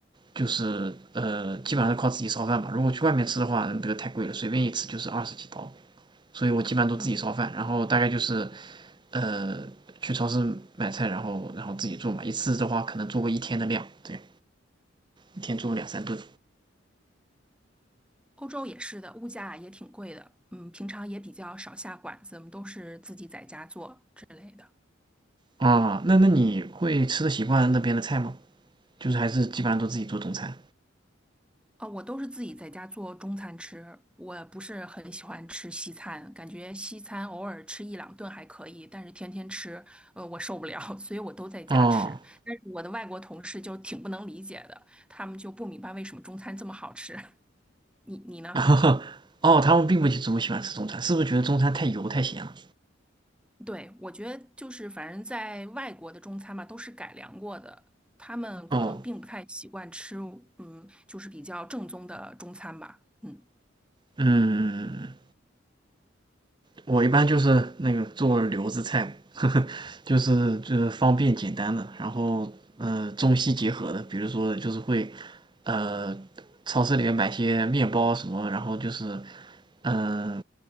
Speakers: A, on the right (about 25°); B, in the centre.
A: 就是呃基本上是靠自己烧饭吧。如果去外面吃的话，这个太贵了，随便一吃就是二十几刀。所以我基本上都自己烧饭，
B: 嗯，
A: 然后大概就是呃去超市买菜，然后然后自己做嘛，一次的话可能做过一天的量，对，一天做个两三顿。
B: 欧洲也是的，物价也挺贵的。嗯，平常也比较少下馆子，我们都是自己在家做之类的。
A: 啊、嗯那那你会吃的习惯那边的菜吗？就是还是基本上都自己做中餐。
B: 啊，我都是自己在家做中餐吃，我不是很喜欢吃西餐，感觉西餐偶尔吃一两顿还可以，但是天天吃，呃，我受不了，<laughs> 所以我都在家吃。
A: 哦，
B: 但是我的外国同事就挺不能理解的，他们就不明白为什么中餐这么好吃。<laughs> 你你呢？
A: <laughs> 哦，他们并不怎么喜欢吃中餐，是不是觉得中餐太油太咸了？
B: 对，我觉得就是反正在外国的中餐嘛，都是改良过的，他们可能并不太习惯吃，
A: 哦，
B: 嗯，就是比较正宗的中餐吧，嗯
A: 嗯，我一般就是那个做留子菜，<laughs> 呵呵，就是就是方便简单的，然后呃中西结合的，比如说就是会呃超市里面买些面包什么，然后就是嗯、